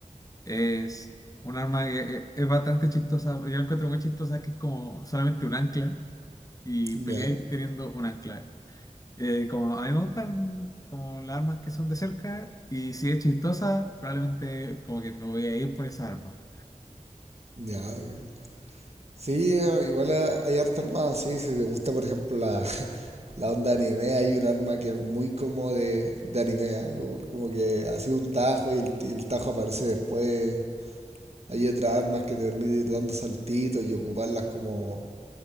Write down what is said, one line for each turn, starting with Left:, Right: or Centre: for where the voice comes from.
Left: Es un arma que eh, es bastante chistosa. Yo la encuentro muy chistosa, que es como solamente un ancla y
Right: Ya,
Left: peleáis teniendo un ancla. Eh, como a mí me gustan como las armas que son de cerca y si es chistosa, probablemente como que me voy a ir por esa arma.
Right: ya. ok. Sí, eh, igual eh, hay harta armada, sí, si te gusta por ejemplo la, la onda anime, hay un arma que es muy como de, de anime, algo como que ha sido un tajo y el, y el tajo aparece después. Hay otras armas que te permiten ir dando saltitos y ocuparlas como,